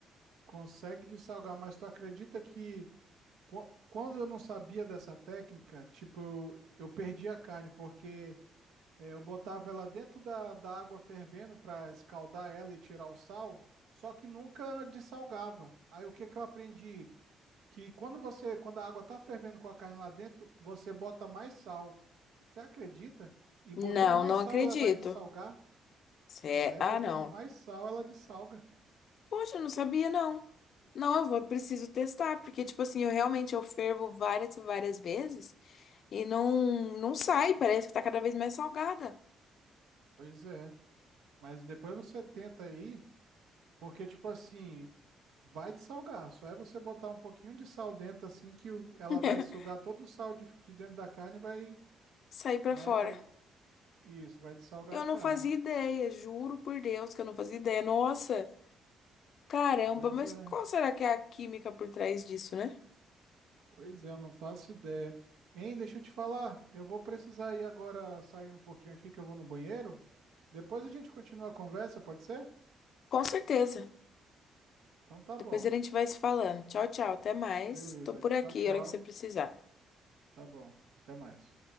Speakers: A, on the right; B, on the left.
A: Consegue dessalgar, mas tu acredita que qu- quando eu não sabia dessa técnica, tipo, eu eu perdi a carne, porque eh, eu botava ela dentro da, da água fervendo para escaldar ela e tirar o sal, só que nunca dessalgava. Aí o que que eu aprendi? que quando você, quando a água tá fervendo com a carne lá dentro, você bota mais sal. Você acredita? E
B: Não,
A: botando mais
B: não
A: sal,
B: acredito.
A: ela vai dessalgar?
B: Cé-
A: É,
B: Ah,
A: botando
B: não.
A: mais sal, ela dessalga.
B: Poxa, eu não sabia, não. Não, eu vou, preciso testar, porque, tipo assim, eu realmente eu fervo várias e várias vezes e não, não sai, parece
A: E-
B: que tá cada vez mais salgada.
A: Pois é. Mas depois você tenta aí, porque, tipo assim, vai dessalgar. Só é você botar um pouquinho de sal dentro, assim, que o- ela
B: <laughs>
A: vai sugar todo o sal de, de dentro da carne e vai,
B: Sair pra
A: né,
B: fora.
A: vai, isso, vai dessalgar
B: Eu
A: a carne.
B: não fazia ideia, juro por Deus que eu não fazia ideia. Nossa, caramba,
A: Pois
B: mas
A: é.
B: qual será que é a química por trás disso, né?
A: Pois é, eu não faço ideia. Hein, deixa eu te falar, eu vou precisar ir agora sair um pouquinho aqui que eu vou no banheiro. Depois a gente continua a conversa, pode ser?
B: Com certeza.
A: Então tá
B: Depois
A: bom.
B: a gente vai se falando. Tchau, tchau, até mais.
A: Beleza.
B: Tô por aqui,
A: Tchau, tchau.
B: a hora que você precisar.
A: Tá bom. Até mais.